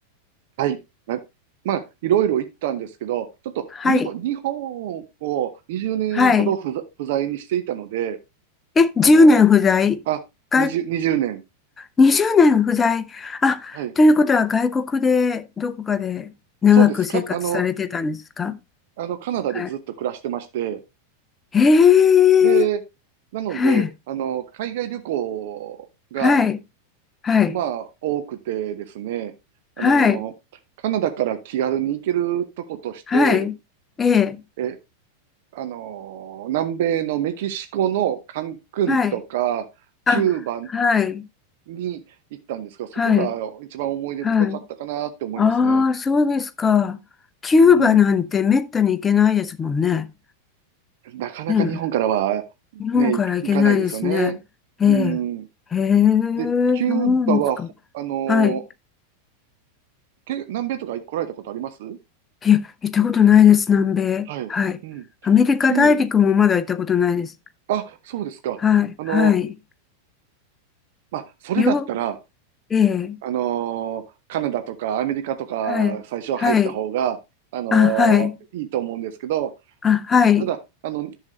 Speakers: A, on the right; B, on the left.
A: はい。なまあ、いろいろ行ったんですけど、ちょっと日本、
B: はい、
A: 日本を20年ほど不在、
B: はい。
A: 不在にしていたので、
B: え、
A: あの、
B: 10年不在外、
A: あ、20、20年。
B: 20年不在。あ、
A: はい。
B: ということは外国で、どこかで長く生活されてたんですか
A: そうです。か、あの、あの、カナダでずっと暮らしてまして、
B: はい。へ
A: で、
B: え、
A: なので、
B: はい、
A: あの、海外旅行が、
B: はい、はい、
A: まあ、多くてですね、あの、
B: はい、
A: カナダから気軽に行けるとことして、
B: はい、ええ、
A: えあのー南米のメキシコのカンクンとか、
B: はい、
A: キューバ
B: あ、はい、
A: に行ったんですが、そこが一番思い出深かったかなって思いますね。
B: はい、はい。ああ、そうですか。キューバなんてめったに行けないですもんね。
A: うん。なかなか日本からはね、
B: ね、日本から行けないですね。
A: い行かないですよね。
B: ええ、
A: うん。
B: へえ、
A: で、キューバは、
B: そうなんですか。
A: ほあのー
B: はい。
A: け、南米とか来られたことあります
B: いや、行ったことないです、南米。
A: はい。
B: はい。
A: うん。
B: アメリカ大陸もまだ行ったことないです。
A: キュー、あ、そうですか。
B: はい、
A: あのー
B: はい。
A: まあ、それだったら、
B: よ、ええ、
A: あのーカナダとかアメリカとか最初は入った方が、
B: はい、はい。
A: あの
B: あ、はい。
A: ーいいと思うんですけど、
B: あ、はい、
A: ただ、あの、